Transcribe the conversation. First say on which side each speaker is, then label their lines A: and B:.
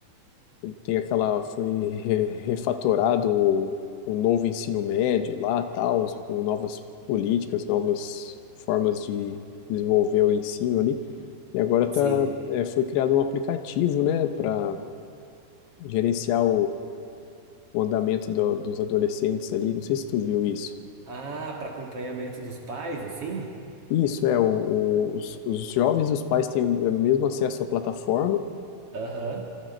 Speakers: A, on the left (about 80°); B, on the right (about 45°).
A: tem aquela foi re- refatorado o, o novo ensino médio lá, tal, com novas políticas, novas formas de desenvolver o ensino ali. E agora tá,
B: sim.
A: é, foi criado um aplicativo, né, para gerenciar o andamento do- dos adolescentes ali. Não sei se tu viu isso.
B: Ah, para acompanhamento dos pais, assim?
A: Isso, é, o- o- os, os jovens e os pais têm o mesmo acesso à plataforma,
B: Aham.